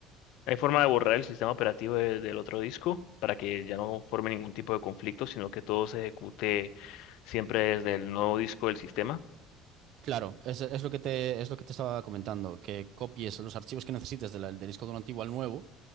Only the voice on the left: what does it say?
Hay forma de borrar el sistema operativo de- del otro disco para que ya no forme ningún tipo de conflicto, sino que todo se ejecute siempre desde el nuevo disco del sistema.